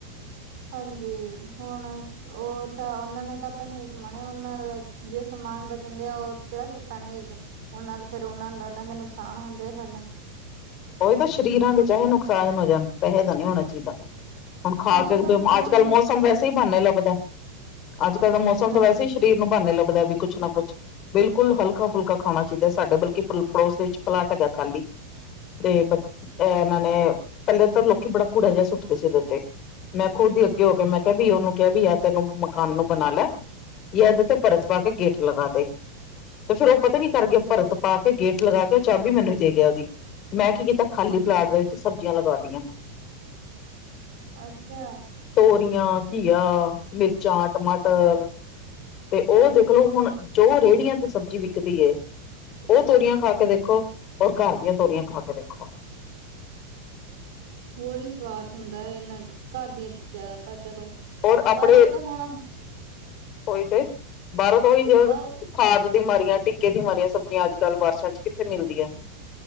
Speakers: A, on the right; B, on the left.
A: ਹਾਂਜੀ, ਹੁਣ। ਓ ਤਾਂ ਉਨਾਂ ਨੇ ਤਾਂ ਪੈਸੇ ਕਮਾਉਣੇ ਉਨਾਂ ਦਾ ਜੇ ਸਮਾਨ ਬਚਣ ਦੇ ਆ ਓ ਕੇੜਾ ਸੁੱਟਣਗੇ ਅਗੇ ਔਹਨਾਂ ਫੇਰ ਔਹਨਾਗੇ ਨੁਕਸਾਨ ਹੁੰਦੇ ਆ ਸਾਡਾ।
B: ਔਹੀ ਤਾਂ ਸ਼ਰੀਰਾਂ ਦੇ ਚਾਹੇ ਨੁਕਸਾਨ ਹੋ ਜਾਨ, ਪੈਹੇ ਦਾ ਨੀ ਹੋਣਾ ਚੀਦਾ। ਹੁਣ ਖਾ
A: ਅੱਜ
B: ਕੇ ਬ
A: ਕੱਲ ਕਿਸੇ
B: ਅੱਜ
A: ਨੂੰ
B: -ਕਲ ਮੌਸਮ
A: ਕੀਤੀ
B: ਵੈਸੇ ਹੀ ਬਾਹਨੇ ਲੱਭਦਾ। ਅੱਜ -ਕੱਲ੍ਹ ਦਾ ਮੌਸਮ
A: ਹਾਂਜੀ
B: ਤਾਂ ਵੈਸੇ ਸਰੀਰ ਨੂੰ ਬਾਹਨੇ ਲੱਭਦਾ ਵੀ ਕੁੱਛ ਨਾ ਕੁਛ ਬਿਲਕੁਲ ਹਲਕਾ -ਫੁਲਕਾ ਖਾਣਾ ਚਾਹੀਦਾ ਸਾਡੇ ਬਲਕਿ ਪੜੋਸ ਦੇ ਵਿੱਚ ਪਲਾਟ ਹੈਗਾ ਖਾਲੀ ਤੇ ਬ ਅ ਇਹਨਾਂ ਨੇ ਪਹਿਲੇ ਤਾਂ ਲੋਕੀ ਬੜਾ ਕੂੜਾ ਜਿਹਾ ਸੁੱਟਦੇ ਸੀ ਔਹਦੇ ਤੇ ਮੈਂ ਖੁਦ ਹੀ ਅੱਗੇ ਹੋ ਕੇ ਮੈਂ ਕਿਹਾ ਵੀ ਔਹਨੂੰ ਕਿਹਾ ਵੀ ਯਾ ਤੈ ਏਨੂੰ ਮਕਾਨ ਨੂੰ ਬਣਾ ਲੈ ਯਾ ਏਦੇ ਤੇ ਭਰਤ ਪਾ ਕੇ ਗੇਟ ਲਗਾ ਦੇ। ਤੇ ਫੇਰ ਉਹ ਪਤਾ ਕੀ ਕਰਕੇ ਭਰਤ ਪਾ ਕੇ ਗੇਟ ਲਗਾ ਕੇ, ਉਹ ਚਾਬੀ ਮੈਨੂੰ ਹੀ ਦੇ ਗਿਆ ਉਹਦੀ। ਮੈਂ ਕੀ ਕੀਤਾ ਖਾਲੀ ਪਲਾਟ ਦੇ ਵਿੱਚ ਸਬਜ਼ੀਆਂ ਲਗਾਤੀਆਂ।
A: ਅੱਛਾ।
B: ਤੋਰੀਆਂ, ਘੀਆ, ਮਿਰਚਾਂ, ਟਮਾਟਰ ਤੇ ਉਹ ਦੇਖਲੋ ਹੁਣ ਜੋ ਰੇਹੜੀਆਂ ਤੇ ਸਬਜ਼ੀ ਵਿਕਦੀ ਏ ਉਹ ਤੋਰੀਆਂ ਖਾ ਕੇ ਦੇਖੋ, ਔਰ ਘਰ ਦੀਆਂ ਤੋਰੀਆਂ ਖਾ ਕੇ ਦੇਖੋ।
A: ਹੋਰ ਹੀ ਸਵਾਦ ਹੁੰਦਾ ਹੈ, ਇਹਨਾਂ ਘਰ ਦੀਆਂ ਚੀਜ਼ਾਂ ਦਾ ਤਾਂ ਚਲੋ।
B: ਔਰ ਆਪਣੇ
A: ਬਾਹਰੋਂ ਤਾਂ ਹੁਣ
B: ਉਹੀ ਤੇ ਬਾਹਰੋਂ ਤੋਂ ਹੋਈ ਜਿ
A: ਬਾਹਰ
B: ਖਾਦ ਦੀ ਮਾਰੀਆਂ ਟਿੱਕੇ ਦੀ ਮਾਰੀਆਂ ਸਬਜ਼ੀਆਂ ਅੱਜ ਕੱਲ੍ਹ ਬਾਰਸ਼ਾਂ ਚ ਕਿੱਥੇ ਮਿਲਦੀਆਂ